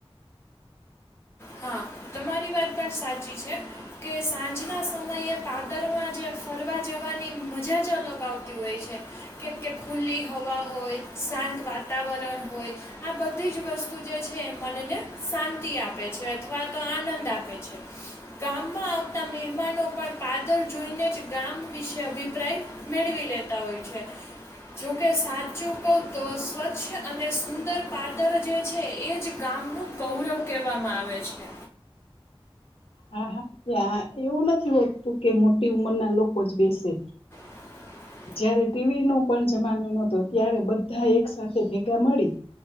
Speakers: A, on the left; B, on the left.
A: હા તમારી વાત પણ સાચી છે કે સાંજના સમયે પાદરમાં જે ફરવા જવા ની મજા જ અલગ આવતી હોય છે કેમકે ખુલ્લી હવા હોય શાંત વાતાવરણ વરણ હોય આ બધી જ વસ્તુ જે છે એ મનને શાંતિ આપે છે અથવા તો આનંદ આપે છે ગામમાં આવતા મહેમાનો પણ પાદર જોઈનેજ ગામ વિશે અભિપ્રાય મેળવી લેતા હોય છે જોકે સાચું કઉ તો સ્વચ્છ અને સુંદર પાદર જે છે એજ ગામ આમનું ગૌરવ કહેવામાં આવે છે
B: હા હા ત્યાં એવું નથી હોતું કે મોટી ઉમરના લોકો જ બેસે
A: <unintelligible>
B: જયારે ટીવી નો પણ જમાનો નહતો ત્યારે બધા એક સાથે ભેગા મળી